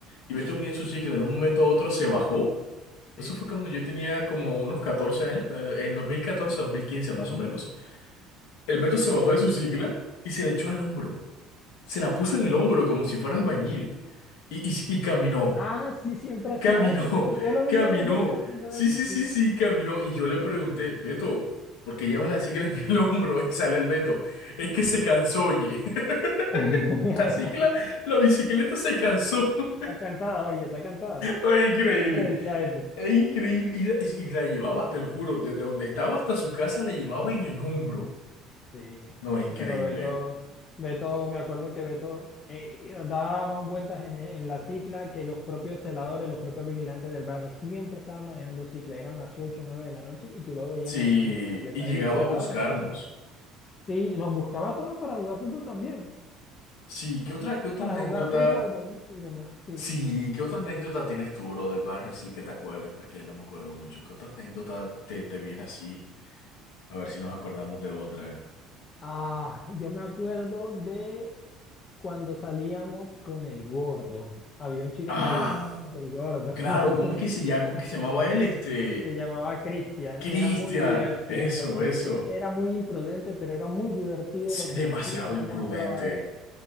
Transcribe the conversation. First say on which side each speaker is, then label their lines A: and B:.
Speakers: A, on the left (about 85°); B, on the left (about 30°).
A: y Beto venía en su cicla, de un momento a otro se bajó, eso
B: Sí.
A: fue cuando yo tenía como unos 14 años, eh, en 2014, 2015 más
B: Ujú.
A: o menos, el Beto se bajó de su cicla y se le echó al hombro, se la puso en el hombro como si fuera albañil y, y, y caminó.
B: Ah, sí, siempre hacía
A: Caminó,
B: eso. Yo,
A: <laughs>
B: yo lo vi
A: caminó.
B: varias veces haciendo
A: Sí,
B: eso,
A: sí,
B: sí.
A: sí, sí, caminó. Y yo le pregunté, Beto, ¿por qué llevas la cicla en el <laughs> hombro? Y sale el Beto. Es que se cansó, oye. <laughs>
B: <laughs>
A: La cicla, la bicicleta se cansó. <laughs>
B: Está cansada, oye, está cansada.
A: Es increíble.
B: Siempre decía eso.
A: Es increíble. Y la, y la llevaba, te lo juro, desde donde estaba hasta su casa la llevaba en el hombro.
B: Sí,
A: No, es increíble.
B: pero Beto, Beto, me acuerdo que Beto eh, eh, daba más vueltas en, e- en la cicla que los propios celadores, los propios vigilantes del barrio. Siempre estaba manejando cicla, eran las 8 o 9 de la noche y tú lo veías
A: Sí,
B: manejando bicicleta
A: y llegaba
B: y los celadores
A: a buscarnos.
B: no estaban. Sí, nos buscaba a todos para jugar fútbol también,
A: Sí, ¿qué otra, qué otra
B: para
A: anécdota?
B: jugar fútbol, boliche y demás, sí.
A: Sí, ¿qué otra anécdota tienes tú, bro, del barrio? Sí, que te acuerdes, porque ya no me acuerdo mucho. ¿Qué otra anécdota te, te viene así? A ver si nos acordamos de otra.
B: Ah, yo me acuerdo de cuando salíamos con el gordo. Había un chico
A: Ah,
B: que le decíamos el gordo.
A: claro,
B: <laughs>
A: ¿cómo es que se llama? ¿Cómo es que se llamaba él? Este,
B: Se llamaba Cristian,
A: Cristian.
B: era muy divertido.
A: Eso, eso.
B: Es que era muy imprudente, pero era muy divertido
A: Sí,
B: lo
A: demasiado
B: que decía o
A: imprudente.
B: cómo actuaba. Era